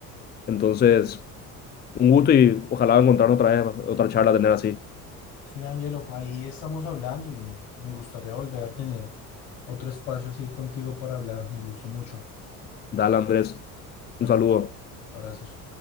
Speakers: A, on the left; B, on the left.
A: Entonces, un gusto y ojalá encontrarnos otra vez, otra charla, tener así.
B: sí, Ángelo, ahí estamos hablando y me gustaría volver a tener otro espacio así contigo para hablar. Me gustó mucho.
A: Dale, Andrés,
B: Bueno,
A: un saludo.
B: cuídate. abrazos.